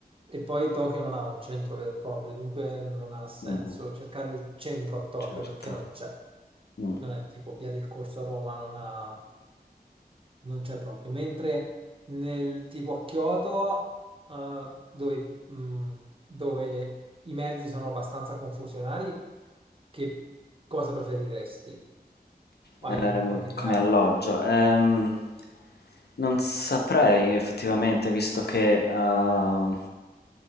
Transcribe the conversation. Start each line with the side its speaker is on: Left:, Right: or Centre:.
Right: E poi Tokyo non ha un centro vero e proprio, dunque non ha senso
Left: Mh-mh,
Right: cercare il centro a Tokyo
Left: certo.
Right: perché non c'è.
Left: Mh.
Right: Non è tipo Via del Corso a Roma, non ha non c'è proprio. Mentre nel tipo a Kyoto, eh, dove, mh, dove i mezzi sono abbastanza confusionari, che cosa preferiresti? Hai
Left: Ehm,
Right: qualche idea?
Left: come alloggio. Ehm, non saprei effettivamente, visto che eh,